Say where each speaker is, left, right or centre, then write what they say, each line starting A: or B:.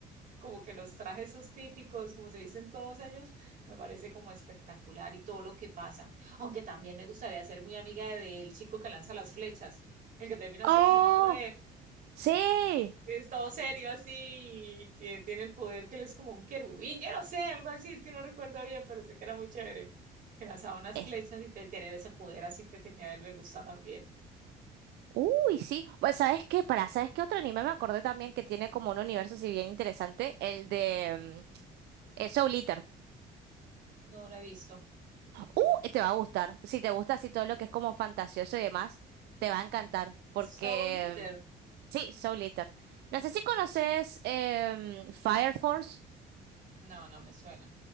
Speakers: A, on the right; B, on the right.
A: como que los trajes esos típicos, como se visten todos ellos, me parece como espectacular y todo lo que pasa. Aunque también me gustaría ser muy amiga del chico que lanza las flechas, el que termina
B: Oh,
A: siendo amigo de él
B: sí.
A: que es todo serio así y que tiene el poder que él es como un querubín, yo no sé, algo así, es que no recuerdo bien, pero sé que era muy chévere. Que lanzaba unas
B: Es-
A: flechas y te- tener ese poder así que tenía él me gusta también.
B: Uy, sí. Pues, ¿sabes qué? Para, ¿sabes qué otro anime me acordé también que tiene como un universo si bien interesante? El de mm, eh, Soul Eater.
A: No la he visto.
B: Uh, te va a gustar. Si te gusta así todo lo que es como fantasioso y demás, te va a encantar. Porque,
A: Soul Eater.
B: mm, sí, Soul Eater. No sé si conoces em, Fire Force.
A: No, no me suena.